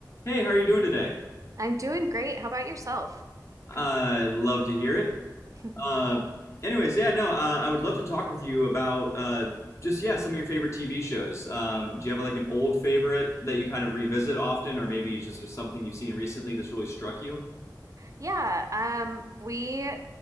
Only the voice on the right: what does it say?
I'm doing great. How about yourself?
<laughs>
Yeah, um, we,